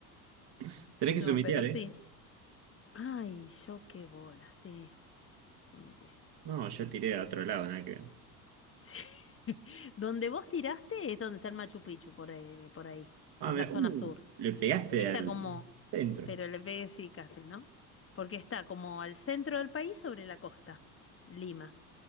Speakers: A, on the right (about 50°); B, on the left (about 25°).
A: <laughs> tenés que
B: no,
A: sumitear,
B: pero sí. Ay, yo qué bola, sí, sumité.
A: No, yo tiré a otro lado, nada que ver.
B: Sí. <laughs> Donde vos tiraste es donde está el Machu Picchu, por ahí, por ahí,
A: Ah,
B: que es
A: mira,
B: la zona
A: uh,
B: sur.
A: le pegaste
B: Está
A: al
B: como,
A: centro.
B: pero le pegué sí casi, ¿no? Porque está como al centro del país sobre la costa, Lima.